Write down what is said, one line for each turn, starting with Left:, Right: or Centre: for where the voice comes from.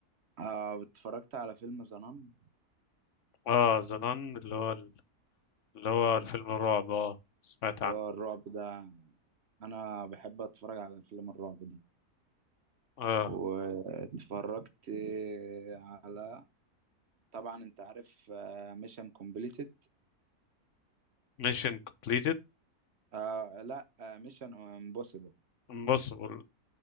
Right: آه اتفرجت على فيلم زنان
Left: اه زنان اللي هو اللي هو الفيلم الرعب اه سمعت
Right: اللي
Left: عنه
Right: هو الرعب ده أنا بحب أتفرج على فيلم الرعب دي
Left: اه
Right: واتفرجت على طبعا انت عارف ميشن كومبليتد
Left: ميشن كومبليتد
Right: آه لا ميشن امبوسيبل
Left: امبوسيبل